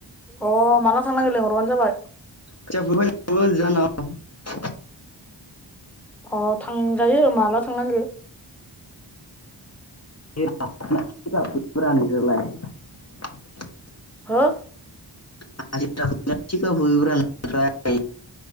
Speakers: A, in the centre; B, on the left.
A: अह माला थांनांगो लेंह बानो जाबाय।
B: खोथिया फुनो फायनांगोमोन जानाव।
A: अह थांजायो माला थांनांगो।
B: <unintelligible>
A: हो।
B: हाजिरा फुयोना थिका फुयोब्रा नोंसोरलाय